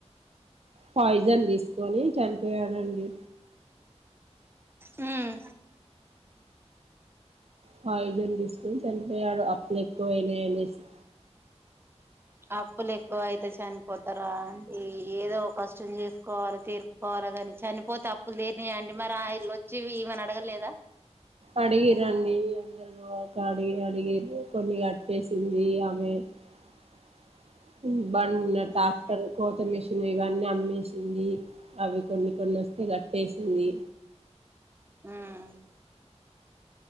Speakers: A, on the right; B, on the right.
A: పాయిజన్ తీసుకొని చనిపోయాడండి.
B: మ్మ్
A: పాయిజన్ తీసుకొని చని యాడో అప్పులు ఎక్కువ అయినయి అనేసి
B: అప్పులు ఎక్కువైతే చనిపోతారా అండి ఏదో కష్టం చేసుకోవాలె తీరుపుకోవాలా కాని చనిపోతే అప్పులు తీరినాయా అండి మరి ఆ ళ్ళొచ్చి ఈమని అడగలేదా
A: అడిగిరన్ని అందరు అడిగి అడిగిర్రు కొన్ని కట్టేసింది ఆమె <unintelligible> బన్ టాక్టర్
B: ఉమ్
A: కోత మిషన్ ఉన్నవన్నీ అమ్మేసింది అవి కొన్ని కొన్ని వస్తే కట్టేసింది.
B: హ్మ్మ్